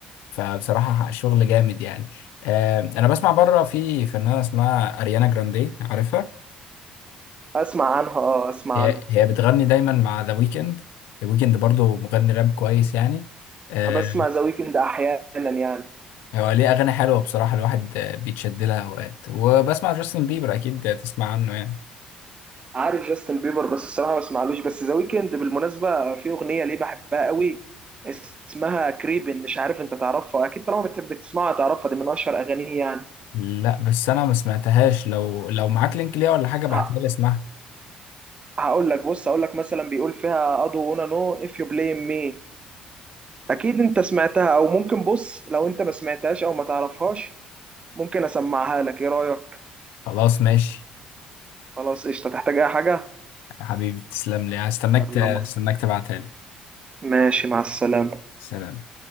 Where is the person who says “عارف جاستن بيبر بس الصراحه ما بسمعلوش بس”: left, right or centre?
Right